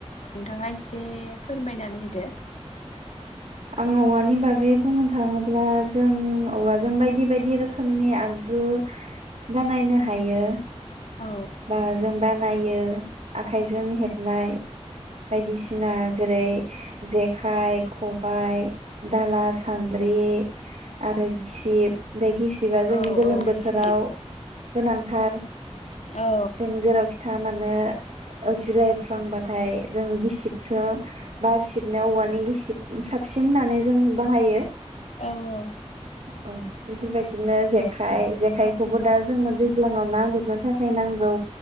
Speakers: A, on the left; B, on the right.
A: नोंथाङा एसे फोरमायनानै होदो।
B: आं औवानि बागै बुंनो थाङोब्ला जों औवाजों बायदि बायदि रोखोमनि आगजु बानायनो हायो।
A: औ
B: बा जोंबा नायो आखाइजों हेबनाय बायदिसिना जेरै जेखाइ, खबाइ दाला, सान्द्रि आरो गिसिब गिसिबा जोंनि
A: औ
B: गोलोम
A: औ
B: बोथोराव
A: गिसिब
B: गोनांथार।
A: औ
B: जों जेरावखि थाङा मानो जिरायफ्लांबाथाय जों गिसिबसो बार सिबनायाव औवानि गिसिब साबसिन होन्नानै जों बाहायो।
A: औ औ।
B: औ बेफोरबायदिनो जेखाइ जेखायखौबो दा जोंनो दैज्लाङाव नांगुरनो थाखाय नांगौ।